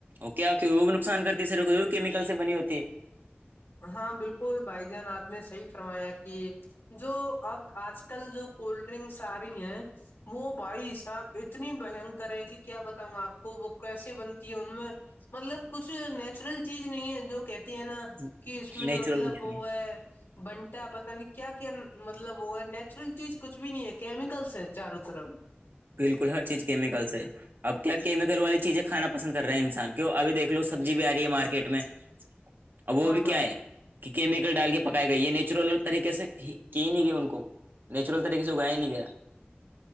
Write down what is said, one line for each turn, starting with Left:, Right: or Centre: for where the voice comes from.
Right: اوکے اوکے وہ بھی نقصان کرتی ہے سر کیمیکل سے بنی ہوتی ہے
Left: ہاں بالکل بھائی جان آپ نے صحی فرمایا کہ جو اب آج کل جو کولڈ ڈرنکس آ رہی ہیں وہ بھائی صاحب اتنی بنکریں کہ کیا بتاؤں آپ کو وہ کیسے بنتی ہے ان میں مطلب کچھ نیچرل چیز نہیں ہے جو کہتی ہے نا
Right: ہے
Left: کہ اس میں
Right: نیچرل
Left: مطلب
Right: کچھ
Left: وہ
Right: بھی نہیں
Left: ہے بنتا ہے پت نہیں کیا کیا مطلب وہ ہے نیچرل چیز کچھ بھی نہیں ہے کیمیکلس ہے چاروں طرف
Right: بالکل ہر چیز کیمیکل سے ہے اب کیا کیمیکل والی چیزیں کھانا پسند کر رہے ہیں انسان کیوں اب دیکھو سبزی بھی آ رہی ہے مارکیٹ میں
Left: <unintelligible>
Right: اب وہ بھی
Left: بھائی
Right: کیا ہے کہ کیمیکل ڈال کے پکائے گئے یہ نیچرل طریقے سے کی نہیں گئی ان کو نیچرل ت تو کھ گائےیں نک کیا